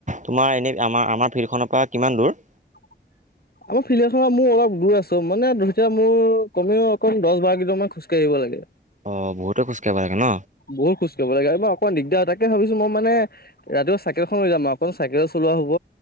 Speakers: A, on the right; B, on the left.
A: তোমাৰ এনে আমাৰ আমাৰ ফিল্ডখনৰ পৰা কিমান দূৰ।
B: কক কক্। <unintelligible> আমাৰ ফিল্ড এখনত মোৰ অলপ দূৰ আছো মানে ধৰো এতিয়া মোৰ কমেও অকণ দশ বাৰ কেইজনমান খোজকাঢ়ি আহিব লাগে।
A: অঁ বহুতে খোজকাঢ়িব লাগে ন।
B: বহুত খোজ কঢ়িব লাগে আৰু অকমান দিগদাৰ তাক। তাকে ভাবিছো মই মানে ৰাতিপোৱা চাইকেলখন লৈ যাম অকণমান চাইকেল চলোৱা হ'ব।